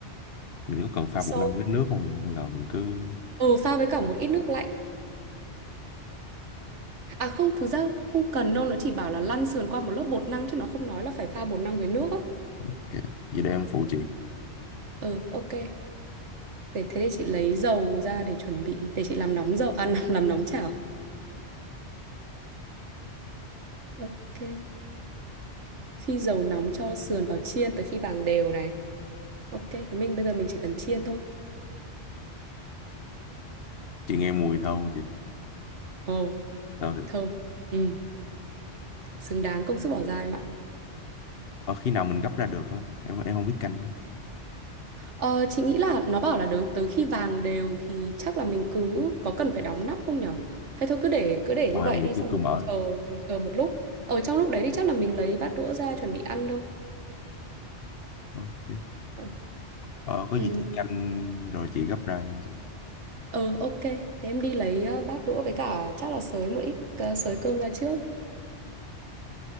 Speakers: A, on the left; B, on the right.
A: mình có cần pha
B: Sau
A: bột năng với nước không hay là mình cứ
B: ừ, pha với cả một ít nước lạnh. À không, thực ra không cần đâu, nó chỉ bảo là lăn sườn qua một lớp bột năng chứ nó không nói là phải pha bột năng với nước á.
A: Ok. vậy để em phụ chị
B: Ừ, ok. Để thế để chị lấy dầu ra để chuẩn bị để chị làm nóng dầu à <laughs> làm, làm nóng chảo. Ok. Khi dầu nóng cho sườn vào chiên tới khi vàng đều này. Ok, thế mình bây giờ mình chỉ cần chiên thôi.
A: chị nghe mùi thơm không chị
B: Ồ,
A: ờ thì-
B: thơm. Ừ, xứng đáng công sức bỏ ra em ạ.
A: ờ, khi nào mình gấp ra được á em em không biết canh á
B: Ờ, chị nghĩ là nó bảo là tới tới khi vàng đều thì chắc là mình cứ có cần phải đóng nắp không nhở? Hay thôi cứ để cứ để
A: Ờ,
B: như vậy
A: em nghĩ
B: đi
A: chưa
B: xong
A: cứ
B: rồi
A: mở
B: mình chờ mình chờ một lúc. Ở trong lúc đấy thì chắc là mình lấy bát đũa ra chuẩn bị ăn thôi.
A: ok
B: Ừ.
A: ờ, có
B: Ừ,
A: gì chị canh rồi chị gấp ra nha chị
B: Ờ, ok. Thế em đi lấy ờ, bát đũa với cả chắc là sới một ít ờ, sới cơm ra trước.